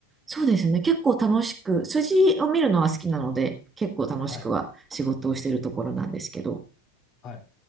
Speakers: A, on the right (about 15°); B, on the left (about 35°).
A: そうですね。結構楽しく、筋を見るのは好きなので、結構楽しくは仕事をしているところなんですけど。
B: はい、はい。